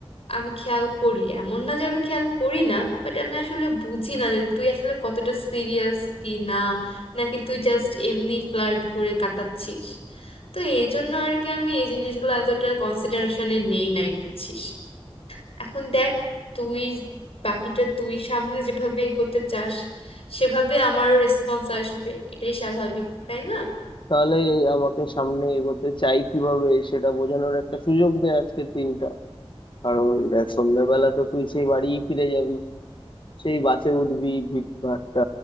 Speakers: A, on the left; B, on the left.
A: আমি খেয়াল করি এমন না যে আমি খেয়াল করি না বাট আমি আসলে বুঝি না যে তুই আসলে কতটা সিরিয়াস কি না নাকি তুই জাস্ট এমনি ফ্লার্ট করে কাটাচ্ছিস তো এই জন্য আর কি আমি এই জিনিসগুলো এতটা কনসিডারেশনে নেই নাই বুঝছিস এখন দেখ তুই বাকিটা তুই সামনে যেভাবে এগোতে চাস সেভাবে আমারও রেসপন্স আসবে এটাই স্বাভাবিক তাই না
B: তাহলে এই আমাকে সামনে এগোতে চাই কিভাবে সেটা বোঝানোর একটা সুযোগ দেয় আজকের দিনটা কারণ দেখ সন্ধ্যাবেলা তো তুই সেই বাড়ি ফিরে যাবি সেই বাসে উঠবি ভিড় ভাট্টা